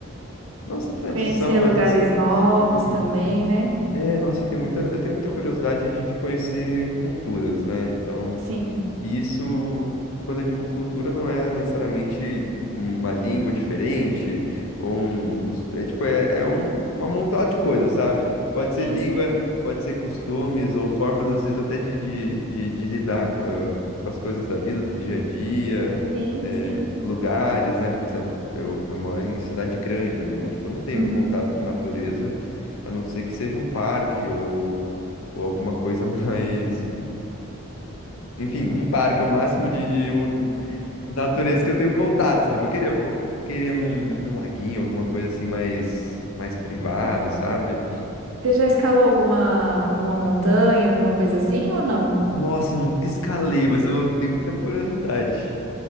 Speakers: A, on the left (about 75°); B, on the right (about 75°).
A: não essa tradição,
B: Conhecer
A: mas
B: lugares
A: esse
B: novos
A: costume.
B: também, né?
A: É, nossa, eu tenho muita, eu tenho muita curiosidade de, de conhecer culturas, né? Então,
B: Sim.
A: e isso, quando eu digo cultura, não é necessariamente uma língua diferente ou um, cos- é tipo, é, é um, uma montada de coisas, sabe? Pode
B: Sim,
A: ser língua,
B: sim,
A: pode ser costumes ou formas, às vezes, até de, de, de, de lidar, ah, com as coisas da vida, do dia a dia,
B: sim,
A: eh,
B: sim.
A: lugares, né? Por exemplo, eu, eu moro em cidade grande, né? Tipo, eu não tenho
B: Uhum.
A: contato com natureza a não ser que seja um parque ou, ou alguma coisa <laughs> mais. tipo, enfim, um parque é o máximo de, de, ur- de natureza que eu tenho contato, sabe? Eu queria, pô, queria num, num laguinho, alguma coisa assim mais, mais privado, sabe?
B: Você já escalou alguma, alguma montanha, alguma coisa assim ou não?
A: Nossa, eu nunca escalei, mas eu tenho muita curiosidade.